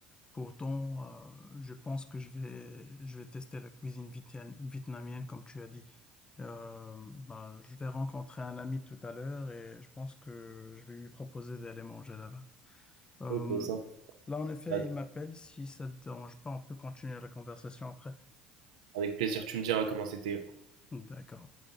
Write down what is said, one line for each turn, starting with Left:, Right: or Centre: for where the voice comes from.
Left: Pourtant, euh, je pense que je vais je vais tester la cuisine vietnam- vietnamienne, comme tu as dit. Euh, ben, je vais rencontrer un ami tout à l'heure et je pense que je vais lui proposer d'aller manger là-bas. Euh,
Right: Ok, ça.
Left: là, en effet,
Right: Bah,
Left: il m'appelle. Si ça te dérange pas, on peut continuer la conversation après.
Right: avec plaisir, tu me diras comment c'était.
Left: D'accord.